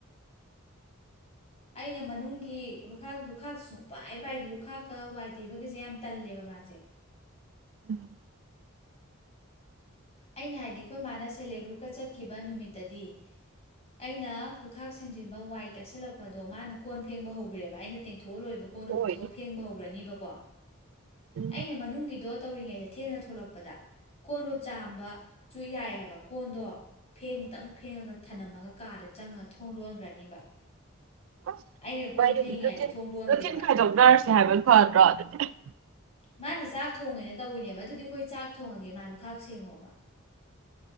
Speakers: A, on the left (about 30°); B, on the right (about 70°).
A: ꯑꯩꯅ ꯃꯅꯨꯡꯒꯤ ꯂꯨꯈꯥꯛ ꯂꯨꯈꯥꯛ ꯁꯨꯡꯄꯥꯏ ꯄꯥꯏꯗꯦ ꯂꯨꯈꯥꯛꯀ ꯋꯥꯏ ꯇꯩꯕꯒꯤꯁꯦ ꯌꯥꯝ ꯇꯜꯂꯦꯕ ꯃꯥꯁꯦ
B: ꯎꯝ
A: ꯑꯩꯅ ꯍꯥꯏꯗꯤ ꯑꯩꯈꯣꯏ ꯃꯥꯅ ꯁꯦꯜ ꯍꯦꯜ꯭ꯄ ꯒ꯭ꯔꯨꯞꯀ ꯆꯠꯈꯤꯕ ꯅꯨꯃꯤꯠꯇꯗꯤ ꯑꯩꯅ ꯂꯨꯈꯥꯛ ꯁꯦꯡꯖꯤꯟꯕ ꯋꯥꯏ ꯇꯁꯤꯜꯂꯛꯄꯗꯣ ꯃꯥꯅ ꯀꯣꯟ ꯐꯦꯡꯕ ꯍꯧꯈ꯭ꯔꯦꯕ ꯑꯩꯅ ꯇꯦꯡꯊꯣ -ꯄ ꯂꯣꯏꯕ ꯀꯣꯟꯗꯣ
B: ꯍꯣꯏꯅꯦ
A: ꯄꯨꯊꯣꯛꯑ ꯐꯦꯡꯕ ꯍꯧꯈ꯭ꯔꯅꯤꯕꯀꯣ
B: ꯎꯝ
A: ꯑꯩꯅ ꯃꯅꯨꯡꯒꯤꯗꯣ ꯇꯧꯔꯤꯉꯩꯗ ꯊꯦꯡꯅ ꯊꯣꯛꯂꯛꯄꯗ ꯀꯣꯟꯗꯣ ꯆꯥ ꯕꯁꯨ ꯌꯥꯏ ꯀꯣꯟꯗꯣ ꯐꯦꯡꯗꯪ ꯐꯦꯡꯉꯒ ꯊꯝꯂꯝꯃꯒ ꯀꯥꯗ ꯆꯪꯉ ꯊꯣꯡ ꯂꯣꯟꯈ꯭ꯔꯅꯤꯕ
B: ꯑꯁ
A: ꯑꯩꯅ ꯀꯣꯟ
B: ꯃꯥꯏꯗꯨꯗꯤ
A: ꯐꯦꯡꯉꯤꯉꯩꯗ
B: ꯔꯨꯇꯤꯟ
A: ꯊꯣꯡ ꯂꯣꯟꯈ꯭ꯔꯦ
B: ꯔꯨꯇꯤꯟ
A: ꯃꯥꯗꯤ
B: ꯈꯥꯏꯗꯣꯛꯅꯔꯁꯦ ꯍꯥꯏꯕ ꯐꯗ꯭ꯔꯣ ꯑꯗꯨꯗꯤ
A: ꯃꯥꯅ ꯆꯥꯛ ꯊꯣꯡꯉꯦꯅ ꯇꯧꯋꯤꯅꯦꯕ ꯑꯗꯨꯗꯤ ꯑꯩꯈꯣꯏ ꯆꯥꯛ ꯊꯣꯡꯉꯒꯦ ꯃꯥ ꯂꯨꯈꯥꯛ ꯁꯦꯡꯉꯣꯕ